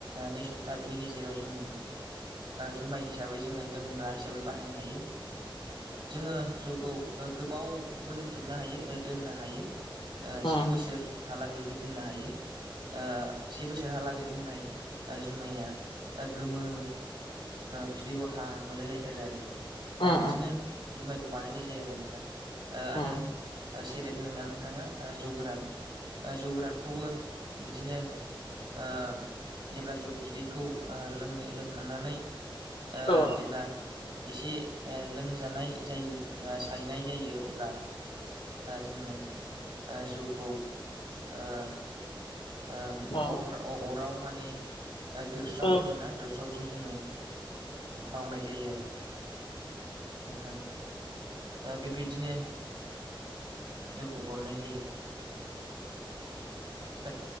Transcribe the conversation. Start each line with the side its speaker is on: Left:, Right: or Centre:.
Right: नै सप्ता बिनि गेजेराव जोङो जुमाय हिसाबै जोङो लोंग्रा हिसाबै बाहायनो हायो जोङो जौखौ गोबाव बो दोनथुमनो हायो दोननो हायो
Left: उम
Right: से बोसोरहालागैबो दोननो हायो से बोसोरहालागै दोननाय जुमाया गोमो बिदै बरहा नुलाय लायथारो आरो
Left: उम
Right: ओ बिदिनो
Left: उम
Right: जुमायखौ बानायनाय जायो आरो नोंथां आरो
Left: उम
Right: ओ सेरेब नोंना नोंथाङा जौ गोरान जौ गोरानखौबो बिदिनो ओ जेब्ला जौ बिदैखौ ओ लोङै लोंखांनानै ओ
Left: औ नों
Right: जेब्ला एसे लोंजानाय जायो एबा हायनाय जायो अब्ला जोङो जौखौ ओ ओ
Left: औ
Right: अरफ्राव अराव माने ओ दौस्राव
Left: औ
Right: होनोना दौस्रावजों जोङो मावनाय जायो आरो नोंथां ओ बेबायदिनो जौखौ बरननाय जायो। <unintelligible>